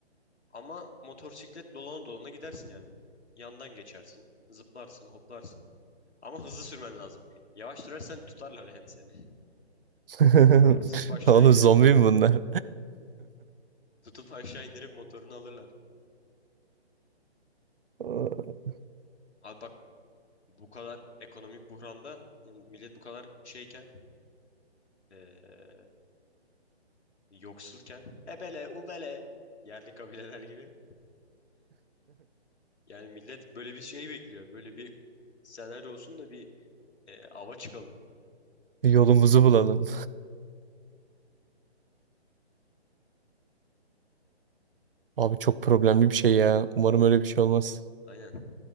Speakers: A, on the left (about 75°); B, on the right (about 55°).
A: Ama motosiklet dolana dolana gidersin yani. Yandan geçersin, zıplarsın, hoplarsın. Ama hızlı sürmen lazım. Yavaş sürersen tutarlar yani seni.
B: <laughs>
A: <laughs> Tutup aşağı
B: Oğlum
A: indirip,
B: zombi mi bunlar?
A: tutup aşağı indirip motorunu alırlar.
B: <laughs>
A: Abi bak bu kadar ekonomik buhranda yani millet bu kadar şeyken, eee, yoksulken, ebele, ubele, yerli kabileler gibi. Yani millet böyle bir şey bekliyor. Böyle bir senaryo olsun da bir e, ava çıkalım.
B: Yolumuzu bulalım. Abi çok problemli bir şey ya. Umarım öyle bir şey olmaz.
A: Aynen.